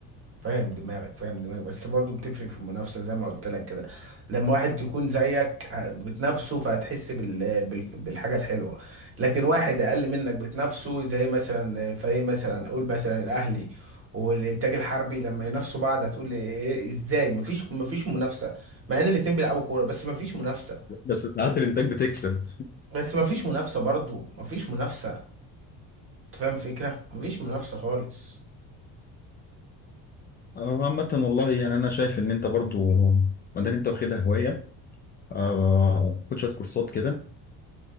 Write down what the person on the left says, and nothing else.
بس ساعات الإنتاج بتكسب
آه، عامة والله يعني أنا شايف إن أنت برضو ما دام أنت واخدها هواية آه، خد شويه كورسات كده